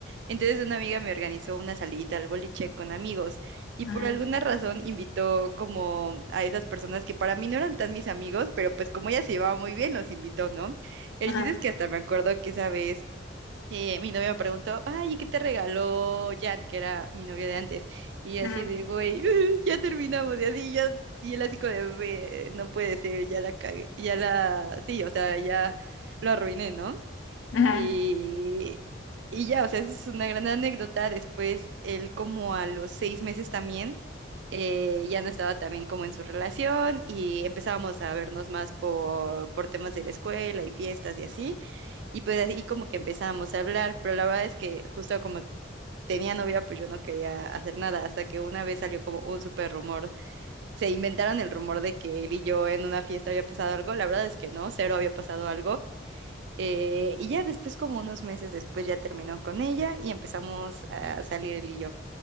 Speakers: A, on the right; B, on the left.
A: entonces una amiga me organizó una salidita al boliche con amigos y por
B: Ajá,
A: alguna razón invitó como a esas personas que para mí no eran tan mis amigos, pero pues como ella se llevaba muy bien, los invitó, ¿no? El
B: ajá,
A: chiste es que hasta me acuerdo que sabes eh, mi novio me preguntó, ay, ¿y qué te regaló Jan, que era mi novio de antes? Y yo
B: ajá,
A: así de, güey, <laughs> ya terminamos, y así, ya, y él así como de, "Ve, no puede ser, ya la cagué, ya la, sí, o sea, ya lo arruiné, ¿no?
B: ajá.
A: Y, y ya, o sea, eso es una gran anécdota. Después, él como a los seis meses también, eh, ya no estaba también como en su relación y empezábamos a vernos más por, por temas de la escuela y fiestas y así. Y pues así como que empezábamos a hablar, pero la verdad es que justo como tenía novia, pues yo no quería hacer nada, hasta que una vez salió como un súper rumor. Se inventaron el rumor de que él y yo en una fiesta había pasado algo, la verdad es que no, cero había pasado algo. Eh, y ya después, como unos meses después, ya terminó con ella y empezamos a salir él y yo.